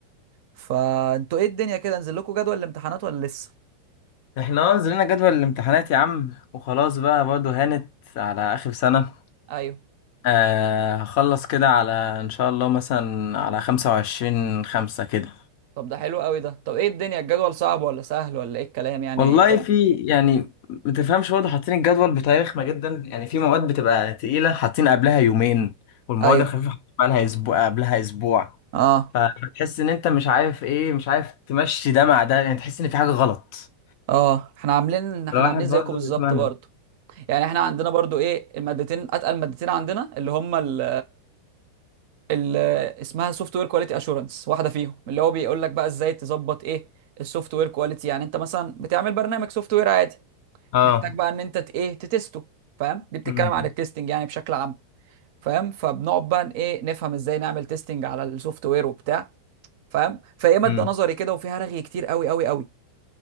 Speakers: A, on the right; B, on the left.
A: فانتوا ايه الدنيا كده نزل لكم جدول الامتحانات ولا لسه
B: احنا اه نزلنا جدول الامتحانات يا عم وخلاص بقى برضه هانت على اخر سنة
A: ايوه
B: آه هخلص كده على ان شاء الله مثلا على خمسة وعشرين خمسة كده
A: طب ده حلو قوي ده طب ايه الدنيا الجدول صعب ولا سهل ولا ايه الكلام يعني
B: والله
A: قول
B: في يعني متفهمش برضه حاطين الجدول بتاريخنا جدا يعني في مواد بتبقى تقيلة حاطين قبلها يومين والمواد
A: ايوه
B: الخفيفة حاطين بقالها اسبوع قبلها اسبوع
A: اه
B: فتحس ان انت مش عارف ايه مش عارف تمشي ده مع ده يعني تحس ان في حاجة غلط
A: اه احنا عاملين احنا
B: الواحد
A: عاملين زيكم
B: برضه
A: بالظبط
B: بيتمنى
A: برضه يعني احنا عندنا برضو ايه المادتين اتقل مادتين عندنا اللي هم ال ال اسمها سوفت وير كواليتي اشورنس واحده فيهم اللي هو بيقول لك بقى ازاي تظبط ايه السوفت وير كواليتي يعني انت مثلا بتعمل برنامج سوفت وير عادي
B: اه
A: محتاج بقى ان انت ت- ايه تتسته فاهم دي بتتكلم
B: امم
A: عن التستنج يعني بشكل عام فاهم فبنقعد بقى ن- ايه نفهم ازاي نعمل تيستنج على السوفت وير وبتاع فاهم فهي ماده
B: امم
A: نظري كده وفيها رغي كتير قوي قوي قوي